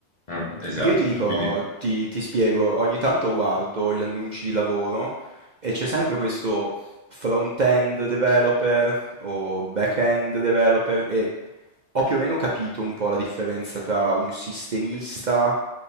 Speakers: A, on the left; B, on the right.
A: eh, Esatto,
B: Perché io ti dico,
A: che qui ne-
B: ti, ti spiego, ogni tanto guardo gli annunci di lavoro e c'è sempre questo front-end developer o back-end developer e ho più o meno capito un po' la differenza tra un sistemista